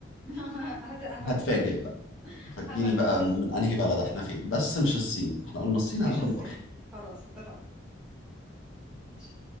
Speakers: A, in the centre; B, on the left.
A: <laughs> هت... هفاجئك
B: هتفاجئ بقى فاجئيني
A: هفاجئك
B: بقى من انهي بلد احنا فين بس مش الصين احنا قلنا الصين
A: مش
B: هناكل
A: الصين
B: بره
A: خلاص اتفقنا ماشي